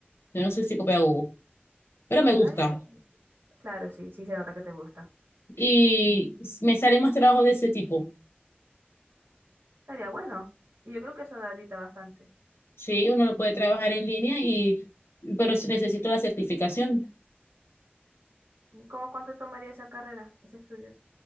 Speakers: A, on the left; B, on the right.
A: yo no soy psicopedagogo, pero me gusta
B: Ah, ya, pues, claro, sí, sí se nota que te gusta.
A: y me salen más trabajos de ese tipo.
B: Estaría bueno. Y yo creo que eso da ahorita bastante.
A: Sí, uno lo puede trabajar en línea y, pero si necesito la certificación.
B: ¿Cómo cuánto tomaría esa carrera, ese estudio?